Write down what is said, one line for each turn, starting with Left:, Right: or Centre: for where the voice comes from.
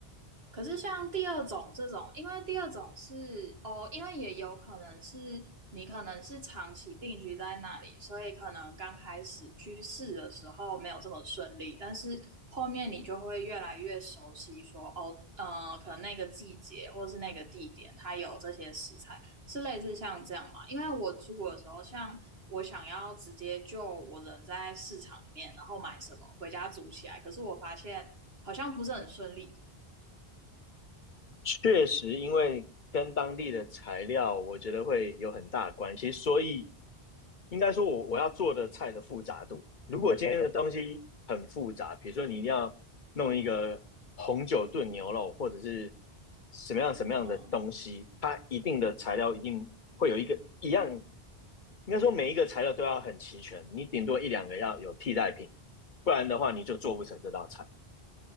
Right: 可是像第二种这种，因为第二种是哦，因为也有可能是你可能是长期定居在那里，所以可能刚开始去试的时候没有这么顺利，但是后面你就会越来越熟悉说，哦，呃，可能那个季节或是那个地点，它有这些食材，是类似像这样嘛？因为我出国的时候，像我想要直接就我人在市场里面，然后买什么回家煮起来，可是我发现好像不是很顺利。
Left: 确实，因为跟当地的材料，我觉得会有很大的关系，所以应该说我我要做的菜的复杂度，如果今天的东西很复杂，比如说你一定要弄一个红酒炖牛肉，或者是什么样什么样的东西，
Right: 嗯嗯，
Left: 它一定的材料一定会有一个一样，应该说每一个材料都要很齐全，你顶多一两个要有替代品，不然的话你就做不成这道菜。